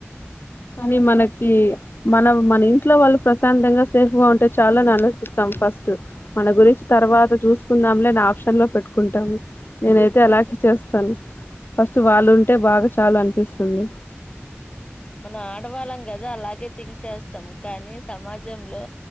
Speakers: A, on the left; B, on the left.
A: కానీ మనకి మన మన ఇంట్లో వాళ్ళు ప్రశాంతంగా సేఫ్ గా ఉంటే చాలు అని ఆలోచిస్తాం ఫస్ట్ మన గురించి తర్వాత చూసుకుందాం లే అని ఆప్షన్ లో పెట్టుకుంటాము నేనైతే అలాగే చేస్తాను ఫస్ట్ వాళ్ళు ఉంటే బాగా చాలు అనిపిస్తుంది
B: మనం ఆడవాళ్ళం కదా అలాగే థింక్ చేస్తాము కానీ సమాజంలో